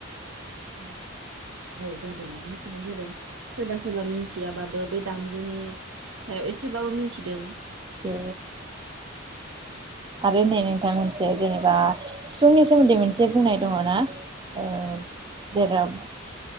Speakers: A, on the right; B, on the right.
A: उम। औ जादों मिथिनाय जादों सोरबा सोरबा मिथियाबाबो बे दामजुनि ओ एसेबाबो मिथिदों।
B: ओ। आरो नै नोंथां मोनसे जेनेबा सिफुंनि सोमोन्दै मोनसे बुंनाय दङ ना? ओ
A: औ
B: जेराव